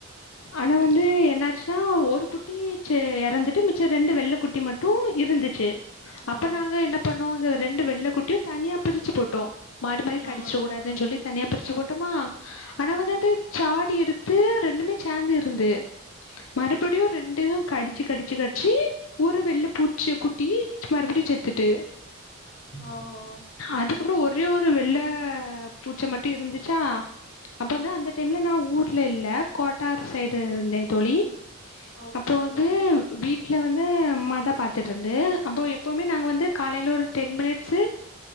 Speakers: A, on the left; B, on the left.
A: ஆனா வந்து எனாச்சுன்னா ஒரு குட்டி சோ இறந்துட்டு மிச்சம் ரெண்டு வெள்ள குட்டி மட் ட்டு இருந்துச்சு
B: ஆ
A: அப்ப நாங்க என்ன பண்ணோ அ ரெண்டு வெள்ளை குட்டியு தனியா பிரிச்சு போட்டோ மாரி மாரி
B: ஆ
A: கடிச்சக்க
B: ஆ
A: கூடாதுன்னு சொல்லி தனியா பிரிச்சு போட்டோமா ஆனா
B: ம்
A: வந்து அது சாடி எடுத்து ரெண்டுமே சேர்ந்து இருந்து மறுபடியு ரெண்டு கடிச்சு கடிச்சு கடிச்சு ஒரு வெள்ள பூச்சி குட்டி மறுபடியு செத்துட்டு
B: ஓஹோ
A: அது கப்றோ ஒரே ஒரு வெள்ள பூச்ச மட்டு இருந்துச்சா அப்ப வந்து அந்த டைம்ல நா ஊர்ல இல்ல கோட்டார்ப் சைடு இருந்தே தோழி
B: ஓகே
A: அப்போ வந்து
B: தோழி
A: வீட் டல வந்து அம்மா தா பாத்துட்டு இருந்து அப்போ எப்போவுமே நாங்க வந்து காலையில ஒரு டென் மினிட்ஸு